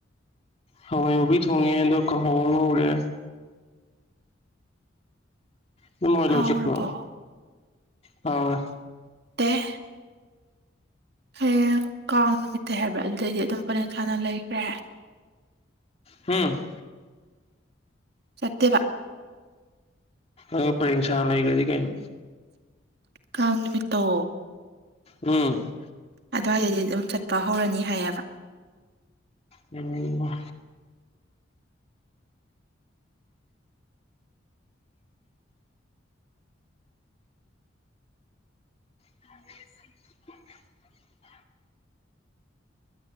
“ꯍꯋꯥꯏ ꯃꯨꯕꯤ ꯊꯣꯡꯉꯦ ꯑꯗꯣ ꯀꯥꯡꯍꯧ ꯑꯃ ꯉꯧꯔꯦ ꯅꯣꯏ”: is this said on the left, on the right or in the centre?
Left